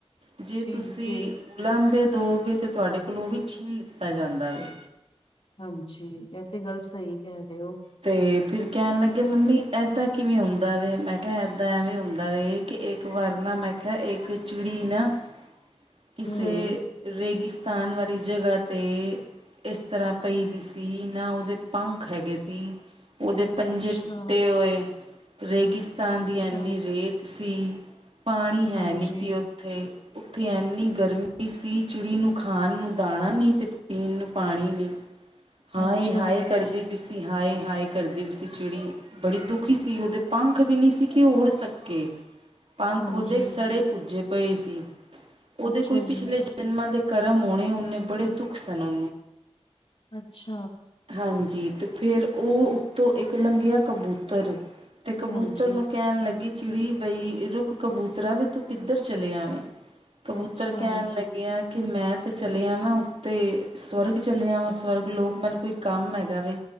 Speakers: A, on the right (about 60°); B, on the left (about 55°).
A: ਜੇ
B: ਠੀਕ
A: ਤੁਸੀਂ
B: ਏ,
A: ਉਲਾਂਬੇ ਦਓਗੇ ਤਾਂ ਤੁਹਾਡੇ ਕੋਲੋਂ ਉਹ ਵੀ ਛਿਨ ਲਿੱਤਾ ਜਾਂਦਾ ਹੈ
B: ਹਾਂਜੀ ਇਹ ਤੇ ਗੱਲ ਸਹੀ ਕਹਿ ਰਹੇ ਹੋ
A: ਤੇ ਫਿਰ ਕਹਿਣ ਲੱਗੇ ਮੰਮੀ ਏਦਾਂ ਕਿਵੇਂ ਹੁੰਦਾ ਵ ਮੈਂ ਕਿਹਾ ਏਦਾਂ ਐਵੇਂ ਹੁੰਦਾ ਵ ਇਹ ਇੱਕ ਵਰਨਾ ਮੈਂ ਕਿਹਾ ਇੱਕ ਚਿੜੀ ਨਾ ਕਿਸੇ
B: ਹੂੰ,
A: ਰੇਗਿਸ ਸਥਾਨ ਵਾਲੀ ਜਗ੍ਹਾ 'ਤੇ, ਇਸ ਤਰ੍ਹਾਂ ਪਈ ਦੀ ਸੀ ਇਹ ਨਾ ਉਹਦੇ ਪੰਖ ਹੈਗੇ ਸੀ। ਉਹਦੇ ਪੰਜੇ
B: ਅੱਛਾ,
A: ਟੁੱਟੇ ਹੋਏ ਰੇਗਿਸਤਾਨ
B: ਅੱਛਾ,
A: ਦੀ ਇੰਨੀ ਰੇਤ ਸੀ ਪਾਣੀ ਹੈ
B: ਹਾਂਜੀ,
A: ਨਹੀਂ ਸੀ ਉੱਥੇ-ਉੱਥੇ, ਇੰਨੀ ਗਰਮੀ ਸੀ ਚਿੜੀ ਨੂੰ ਖਾਣ ਨੂੰ ਦਾਣਾ ਨਹੀਂ ਤੇ ਪੀਣ ਨੂੰ ਪਾਣੀ ਨਹੀਂ, ਹਾਏ-ਹਾਏ
B: ਅੱਛਾ,
A: ਕਰਦੀ ਹਾਏ-ਹਾਏ ਕਰਦੀ ਉਸ ਚਿੜੀ ਬੜੀ ਦੁਖੀ ਸੀ ਉਹਦੇ ਪੰਖ ਵੀ ਨਹੀਂ ਸੀ ਕਿ ਉਹ ਉੜ ਸਕੇ, ਪੰਖ
B: ਹਾਂਜੀ,
A: ਉਹਦੇ ਸੜੇ ਪੁੱਜੇ ਪਏ ਸੀ ਉਹਦੇ
B: ਅੱਛਾ
A: ਕੋਈ
B: ਜੀ,
A: ਪਿਛਲੇ ਜਨਮਾਂ ਦੇ, ਕਰਮ ਆਣੇ ਉਨੇ ਬੜੇ ਦੁੱਖ ਸਹੇ,
B: ਅੱਛਾ
A: ਹਾਂਜੀ ਤੇ ਫਿਰ ਉਹ ਉਤੋਂ ਇੱਕ ਲੰਘਿਆ ਕਬੂਤਰ ਤੇ ਕਬੂਤਰ
B: ਹਾਂਜੀ,
A: ਨੂੰ ਕਹਿਣ ਲੱਗੀ ਚਿੜੀ ਬਈ ਰੁਕ ਕਬੂਤਰਾਂ ਵੀ ਤੂੰ ਕਿੱਧਰ ਚਲੇ ਆਵੇ ਕਬੂਤਰ
B: ਅੱਛਾ,
A: ਕਹਿਣ ਲੱਗਿਆ ਕਿ ਮੈਂ ਤਾਂ ਚੱਲਿਆ ਵਾਂ ਉੱਤੇ ਸਵਰਗ ਚੱਲਿਆ ਵਾਂ ਸਵਰਗ ਲੋਕ ਮੈਨੂੰ ਕੋਈ ਕੰਮ ਹੈਗਾ ਵੀ